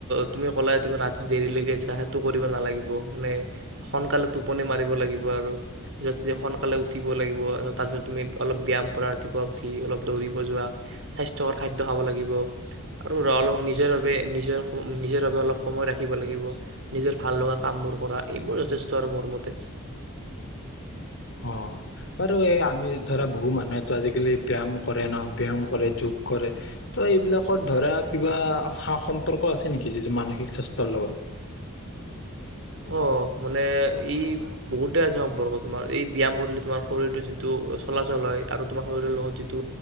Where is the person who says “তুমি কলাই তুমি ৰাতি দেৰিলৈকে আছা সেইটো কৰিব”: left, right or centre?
Right